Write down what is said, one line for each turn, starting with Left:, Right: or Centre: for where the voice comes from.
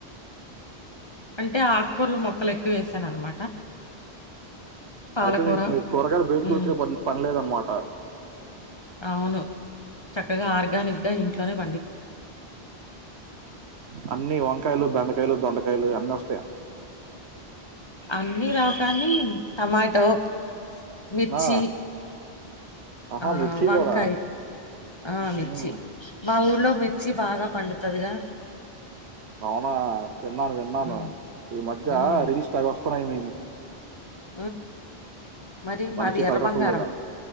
Left: అంటే ఆకుకూరల మొక్కలు ఎక్కువ వేసాను అనమాట పాలకూర
Right: అయితే మి మీకు కూరగాయలు బయట
Left: ఉమ్
Right: కొనుక్కునే పని పనిలేద్ అన్నమాట ఆ
Left: అవును చక్కగా ఆర్గానిక్ గా ఇంట్లోనే పండించుకొని తింటాం
Right: అన్నీ వంకాయలు బెండకాయలు దొండకాయలు అన్నోస్తాయా అండీ
Left: అన్నీ రావు కానీ టమాటో మిర్చీ
Right: ఆ! ఆహా!
Left: ఆ
Right: మిర్చి
Left: వంకాయి
Right: గూడా.
Left: ఆ మిర్చి
Right: హ్మ్.
Left: మా ఊర్లో మిర్చీ బాగా పండుతదిగా
Right: అవునా విన్నాను విన్నాను
Left: ఉమ్
Right: ఈ మధ్య
Left: ఉమ్
Right: రీల్స్ తెగ వ <unintelligible> మిర్చి
Left: ఉమ్... మరి
Right: మంచి
Left: మాది ఎర్ర
Right: కలర్ఫుల్గా
Left: బంగారం